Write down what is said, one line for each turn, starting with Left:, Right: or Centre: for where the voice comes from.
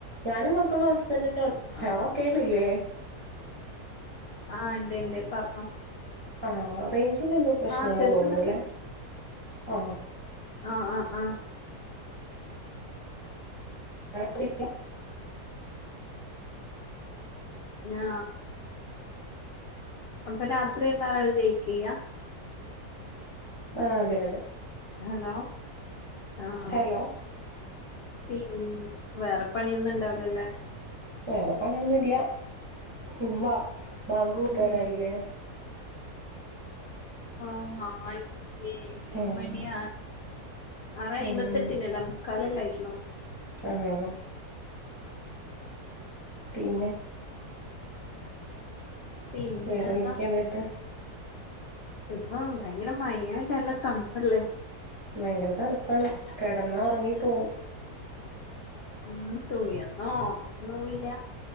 Right: ഞാനും മക്കളും ഹസ്ബൻ്റെന്നെ
Left: ആഹ്
Right: ഹലോ കേ ല്ലേ
Left: ആഹ് ഇണ്ട് ണ്ട് പറഞ്ഞോ.
Right: ആഹ് റേഞ്ചിന്റെ എന്തോ പ്രശ്നാണ്
Left: ആഹ് കേക്കുന്നുണ്ട്
Right: തോന്നുണുല്ലേ ആഹ്
Left: ആഹ് ആഹ് ആഹ്
Right: <unintelligible>
Left: ഞാ അപ്പൊ രാത്രി എല്ലാരും അത് കഴിക്ക ചെയ്യ.
Right: ആഹ് അതെ അതെ.
Left: ഹലോ ആഹ്
Right: ഹലോ
Left: പിൻ വേറെ പണിയൊന്നും ഇണ്ടാവൂലാല്ലേ.
Right: വേറെ പണിയൊന്നും ല്ല്യ ഇനി വാ ബാങ്ക് കൊടുക്കാറായില്ലേ.
Left: ഉം ആ ആയി ഏഴ്
Right: ഉം
Left: മണിയാ ആറേ അയ്ബത്തിയെട്ടിനല്ലെ
Right: ഉം
Left: മുക്കാലല്ലേ ആയിട്ടുള്ളു.
Right: ആഹ് പിന്നെ
Left: പിന്നെന്നാ
Right: വേറെന്തൊക്കെയാന്നിട്ട്.
Left: ഇപ്പോം ഭയങ്കര മയോണ്ടല്ല തണുപ്പല്ലേ.
Right: ഭയങ്കര തണുപ്പാണ് കിടന്നാ ഉറങ്ങി പോവും.
Left: ഉം തുണിയൊന്നും ഒണങ്ങുന്നൂല്ലാ